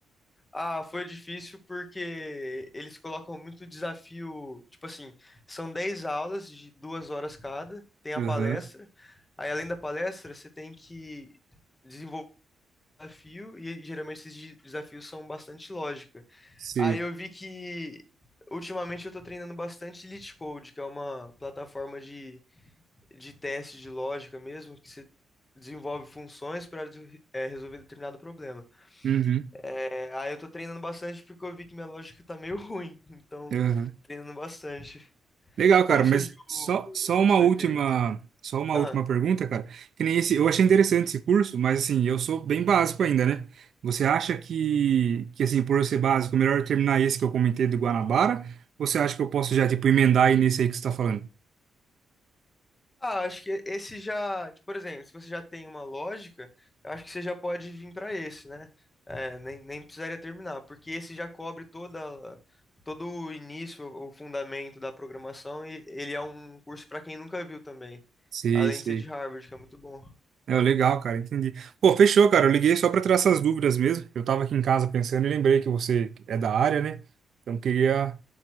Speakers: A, on the left; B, on the right.
A: Ah, foi difícil porque eles colocam muito desafio. Tipo assim, são 10 aulas de duas horas cada, tem a
B: Aham,
A: palestra. Aí, além da palestra, você tem que desenvolver um desafio, e geralmente esses de- desafios são bastante lógica.
B: sei.
A: Aí eu vi que ultimamente eu tô treinando bastante Elite Code, que é uma plataforma de, de teste de lógica mesmo, que você desenvolve funções para resolver determinado problema.
B: Uhum.
A: É, aí eu tô treinando bastante porque eu vi que minha lógica tá meio <laughs> ruim, então
B: Aham.
A: treinando bastante.
B: Legal,
A: Como
B: cara,
A: surgiu
B: mas só,
A: o,
B: só uma
A: o seu
B: última,
A: interesse?
B: só uma
A: Ah,
B: última pergunta, cara. Que nem esse, eu achei interessante esse curso, mas assim, eu sou bem básico ainda, né? Você acha que, que assim, por eu ser básico, melhor eu terminar esse que eu comentei do Guanabara? Ou você acha que eu posso já, tipo, emendar aí nesse aí que você tá falando?
A: ah, acho que esse já, tipo por exemplo, se você já tem uma lógica, eu acho que você já pode vir pra esse, né? É, nem, nem precisaria terminar, porque esse já cobre toda, todo o início, o fundamento da programação e ele é um curso pra quem nunca viu também.
B: Sei,
A: Além
B: sei.
A: de ser de Harvard, que é muito bom.
B: É, legal, cara, entendi. Pô, fechou, cara. Eu liguei só para tirar essas dúvidas mesmo. Eu tava aqui em casa pensando e lembrei que você é da área, né? Então queria,